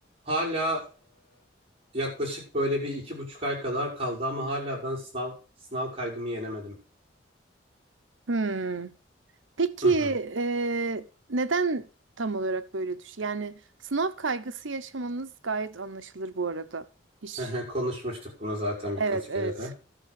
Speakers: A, on the right; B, on the right.
A: Hala e, yaklaşık böyle bir iki buçuk ay kadar kaldı ama hala ben sınav sınav kaygımı yenemedim.
B: Hmm. Peki
A: Hı hı.
B: e, neden tam olarak böyle düş? Yani sınav kaygısı yaşamanız gayet anlaşılır bu arada. Hiç.
A: Hı hı. Konuşmuştuk bunu zaten
B: Evet,
A: birkaç kere
B: evet.
A: de.